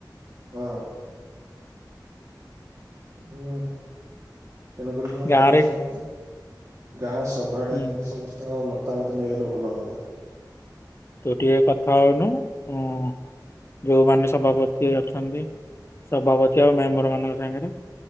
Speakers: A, on the right; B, on the left.
A: ହଁ ହୁଁ। ତେଣୁକରି ମୁଁ ଭାବୁଛି
B: ଗାଁରେ
A: କଣ କି ଗାଁ ସଭା
B: ହୁଁ
A: ଡାକିକି ସମସ୍ତଙ୍କ ମତ ମତାମତ ନେଇଗଲେ ଭଲ ହୁଅନ୍ତା।
B: ତୁ ଟିକେ କଥା ହୋଉନୁ ହୁଁ। ଯୋଉମାନେ ସଭାପତି ଅଛନ୍ତି ସଭାପତି ଆଉ ମେମ୍ବର ମାନଙ୍କ ସାଙ୍ଗରେ।